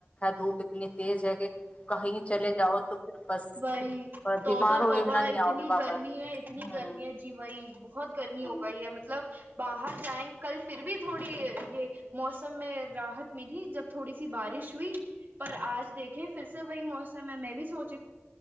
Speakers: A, on the left; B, on the right.
A: دھوپ اتنی تیز ہے کہ کہیں چلے جاؤ تو پھر بس
B: بھائی توبہ
A: بیمار ہوئے
B: توبہ
A: بنا نہیں
B: اتنی
A: آؤ گے واپس
B: گرمی ہے اتنی
A: ہوں
B: گرمی ہے جی بھائی بہت گرمی
A: ہوں
B: ہو گئی ہے مطلب باہر جائیں کل پھر بھی تھوڑی یہ موسم میں راحت میں تھی جب تھوڑی سی بارش ہوئی پر اج دیکھیں پھر سے وہی موسم ہے میں بھی سوچ